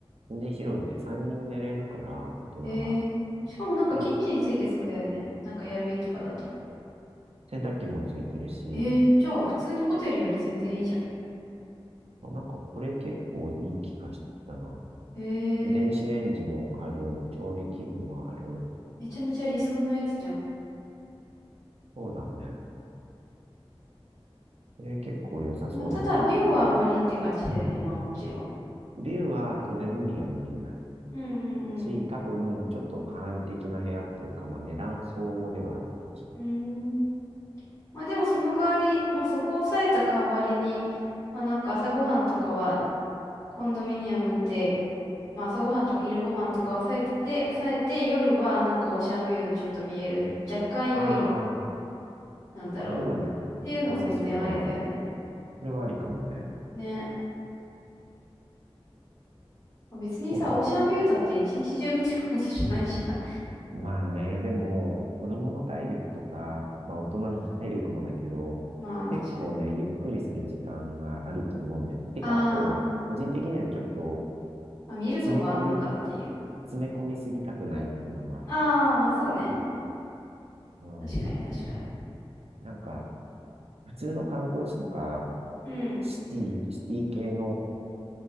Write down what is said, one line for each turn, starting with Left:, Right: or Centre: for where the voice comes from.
Right: 全然広いね。3人寝れるから、大人が。
Left: へえ。しかもなんかキッチンついてそうだよね。
Right: ほら、
Left: なんかエアビーとかだと。
Right: 洗濯機もついてるし、
Left: ええ。じゃあ普通にホテルより全然いいじゃ
Right: あ、なんかこれ結構いい気がしてきたな。
Left: ん。へ
Right: 電子レンジもある、
Left: え。
Right: 調理器具もある。
Left: めちゃめちゃ理想のやつじゃん。
Right: そうだね。これ結構良さそうだな。
Left: まあただビューはあんまりって感じだよね。
Right: だから、
Left: まあもちろん。
Right: ビューは当然海は見えない
Left: うんうん
Right: し、多分、ちょっと簡易的な部屋っていうか、まあ、値段相応ではあるかもしれない。
Left: うん。うーん。まあでもその代わり、まあそこを抑えた代わりに、まあなんか朝ごはんとかはコンドミニアムで、まあ朝ごはんとか昼ごはんとか抑えてて、抑えて夜はなんかオーシャンビューのちょっと見える、若干良い、
Right: あ
Left: なんだろ
Right: そういうので調整するのは、
Left: う。ていうのも全然ありだよね。
Right: それはありかもね。
Left: ね。まあ別にさ、
Right: そうだね。
Left: オーシャンビューだって一日中見てるわけじゃないしな。
Right: まあね、でも、子供の体力とか、まあ大人の体力もだけど、
Left: <laughs> まあ、確かに。
Right: 結構ね、ゆっくりする時間があると思うんだよね。てか、
Left: ああ、
Right: あと、個人的にはちょっと、
Left: まあ見るとこあんのかっていう。
Right: 詰め込み、詰め込みすぎたくないっていうのもある。
Left: ああ、まあそうね。
Right: うん。
Left: 確かに、確かに。
Right: なんか、普通の観光地とか、
Left: うん、
Right: シティ、シティ系の